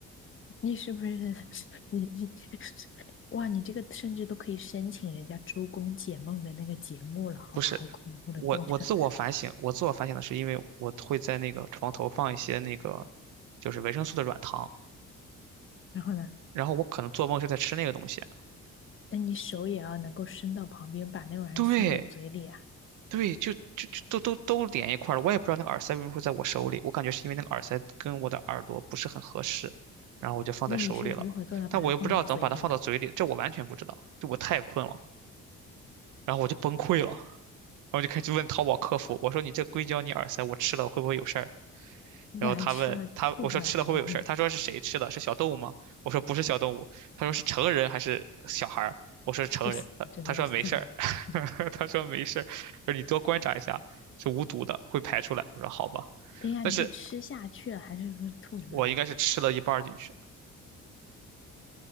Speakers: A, on the left (about 40°); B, on the right (about 80°).
A: 你是不是 <laughs> 你你 <laughs> 哇？你这个甚至都可以申请人家周公解梦的那个节目了，好吧？
B: 不是，
A: 好恐怖的过程。
B: 我我自我反省，我自我反省的是因为我会在那个床头放一些那个，就是维生素的软糖，
A: 然后呢，
B: 然后我可能做梦就在吃那个东西。
A: 那你手也要能够伸到旁边，把那玩意儿塞到嘴里啊？
B: 对对，就就就都都都连一块儿了，我也不知道那个耳塞为什么会在我手里，我感觉是因为那个耳塞跟我的耳朵不是很合适，然后我就放在手里了，
A: 那你是如何做到把它放到嘴里呢？
B: 但我又不知道怎么把它放到嘴里，这我完全不知道，就我太困了，然后我就崩溃了，然后就开始问淘宝客服，我说你这硅胶你耳塞我吃了会不会有事儿？
A: 你俩吃了吐出来了还是？
B: 然后他问他，我说吃了会不会有事儿？他说是谁吃的？是小动物吗？我说不是小动物。他说是成人还是小孩儿？我说是成人。
A: 不行，
B: 他他说没事儿，
A: 真的要笑死了。
B: <laughs> 他说没事儿，说你多观察一下，是无毒的，会排出来。我说好吧，
A: 等一下，
B: 但是
A: 你是吃下去了，还是说吐出来了？
B: 我应该是吃了一半儿进去。